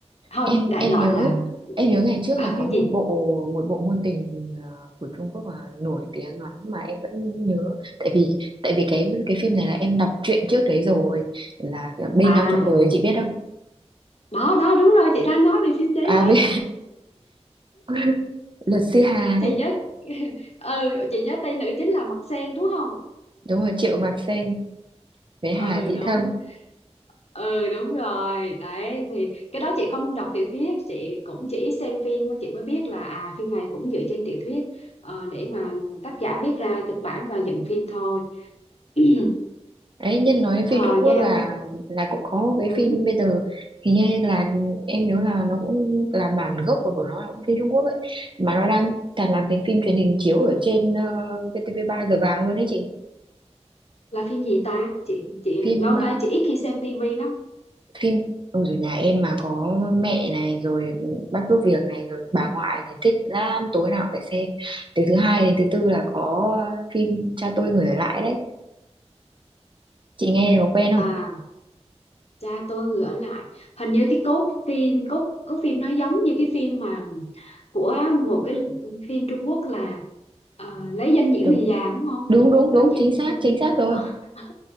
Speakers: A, on the left; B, on the right.
A: thôi
B: em
A: đại
B: em
A: loại
B: nhớ
A: là
B: em nhớ ngày trước
A: à
B: là có
A: phim
B: một
A: gì
B: bộ một bộ ngôn tình ờ, của Trung Quốc mà nổi tiếng lắm mà em vẫn nhớ tại vì tại vì cái cái phim này là em đọc truyện trước đấy rồi là ờ, bên
A: à
B: nhau trọn đời chị biết không
A: đó đó đúng rồi chị đang nói về phim đấy
B: à
A: đấy
B: bên <laughs> luật sư Hà
A: chị
B: đấy
A: nhớ <laughs> ừ chị nhớ Tây nữ chính là Mặt Sen đúng không
B: đúng rồi Triệu Mạc Sen với
A: ừ
B: Hà Dĩ
A: đúng
B: Thâm
A: ừ đúng rồi đấy thì cái đó chị không đọc tiểu thuyết chị cũng chỉ xem phim mới chị mới biết là à phim này cũng dựa trên tiểu thuyết ờ, để mà tác giả viết ra kịch bản và dựng phim thôi <clears throat>
B: Đấy, nhân nói
A: thời
B: phim Trung Quốc
A: gian
B: là là cũng có một cái
A: ừ,
B: phim bây giờ hình như là em nhớ là nó cũng là bản gốc của của nó là cũng phim Trung Quốc ấy mà nó đang cả làm thành phim truyền hình chiếu ở trên uh, VTV3 giờ vàng luôn đấy chị
A: là phim gì ta chị chị
B: phim
A: lâu nay
B: ờ,
A: chị ít khi xem tivi lắm
B: phim Ôi rồi nhà em mà có mẹ này rồi bác giúp việc này rồi bà ngoại này thích lắm tối nào cũng phải xem từ thứ hai đến thứ tư là có phim Cha tôi người ở lại đấy chị nghe có quen không
A: à Cha tôi người ở lại hình như cái cốt phim cốt cốt phim nó giống như cái phim mà của một cái phim Trung Quốc là ờ, lấy danh nghĩa
B: đúng
A: người già đúng không
B: đúng đúng
A: lấy
B: đúng
A: danh
B: chính xác
A: danh
B: chính xác rồi
A: <laughs>